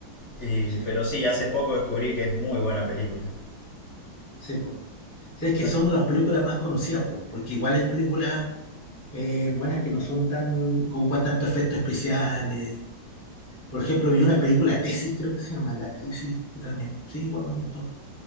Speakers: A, on the left; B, on the left.
A: Y-
B: Sí,
A: pero sí, hace poco descubrí que es muy buena película.
B: sí, po. Sí, es que
A: No-
B: son las películas más conocidas, po, porque igual hay películas eh, buenas que no son tan, que ocupan tanto efectos especiales. Por ejemplo, vi una película Tesis, creo que se llama La Tesis, que también, sí, igual me gustó.